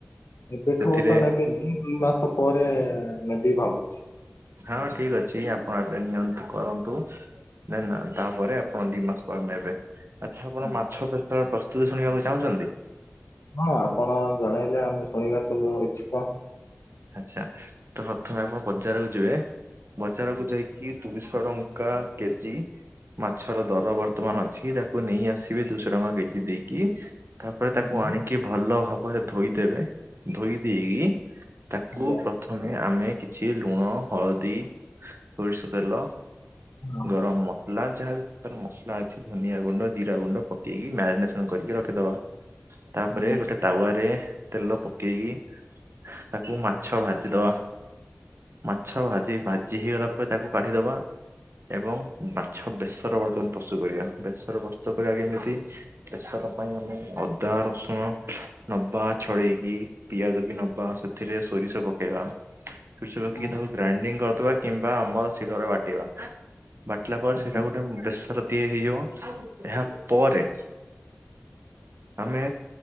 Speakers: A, on the left; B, on the right.
A: ଏବେଠୁ
B: ସେଥିରେ
A: ତ ନେବେନି ଦୁଇ ମାସ ପରେ ନେବି ଭାବୁଛି।
B: ହଁ ଠିକ ଅଛି ଆପଣ ଏବେ ନିଅନ୍ତୁ କରନ୍ତୁ। ଦେନ୍ ତାପରେ ଆପଣ ଦି ମାସ ପରେ ନେବେ। ଆଚ୍ଛା ଆପଣ
A: ଆଜ୍ଞା
B: ମାଛ ବେସର ପ୍ରସ୍ତୁତି ଶୁଣିବାକୁ ଚାହୁଁଛନ୍ତି?
A: ହଁ ଆପଣ ଜଣେଇଲେ ଆମେ ଶୁଣିବାକୁ ଇଛୁକ।
B: ଆଚ୍ଛା ତ ପ୍ରଥମେ ଆପଣ ବଜାରକୁ ଯିବେ ବଜାରକୁୁ ଯାଇକି ଦୁଇଶହ ଟଙ୍କା କେଜି ମାଛର ଦର ବର୍ତ୍ତମାନ ଅଛି ତାକୁ ନେଇ ଆସିବେ ଦୁଇଶହ ଟଙ୍କା କେଜି ଦେଇକି। ତାପରେ
A: ଆଜ୍ଞା
B: ତାକୁ ଆଣିକି ଭଲ ଭାବରେ ଧୋଇଦେବେ ଧୋଇ ଦେଇ ତାକୁ
A: ଆଜ୍ଞା
B: ପ୍ରଥମେ ଆମେ କିଛି ଲୁଣ ହଳଦୀ ସୋରିଷ ତେଲ
A: ହଁ
B: ଗରମ ମ ମସଲା ଯାହାବି ପ୍ରକାର ମସଲା ଅଛି ଧନିଆ ଗୁଣ୍ଡ ଜିରା ଗୁଣ୍ଡ ପକେଇକି ମ୍ୟାରିନେସନ କରିକି ରଖିଦବା। ତାପରେ
A: ଆଜ୍ଞା ଆଜ୍ଞା
B: ଗୋଟେ ତାୱାରେରେ ତେଲ ପକେଇକି ତାକୁ ତାକୁ ମାଛ ଭାଜିଦବା ମାଛ ଭାଜି ଭାଜି ହେଇଗଲା ପରେ ତାକୁ କାଢିଦବା। ଏବଂ ମାଛ ବେସର ବର୍ତ୍ତମାନ ପ୍ରସ୍ତୁତ କରିବା ବେସର ପ୍ରସ୍ତୁତ କରିବା କେମିତି ବ ତା ପାଇଁ ଆମେ ଅଦା ରସୁଣ ନବା ଛଡେଇକି ପିଆଜ ବି ନବା ଏଥିରେ ସୋରିଷ ପକେଇବା ସୋରିଷ ପକେଇକି
A: ଆଜ୍ଞା
B: ତାକୁ ଗ୍ରାଇଣ୍ଡିଙ୍ଗ କରିଦବା। କିମ୍ବା ଆମର ଶିଳରେ ବାଟିବା ବାଟିଲା ପରେ
A: ଆଜ୍ଞା ଆଜ୍ଞା।
B: ସେଇଟା ଗୋଟେ ବେସର ତିଆରି ହେଇଯିବ ଏହା ପରେ ଆମେ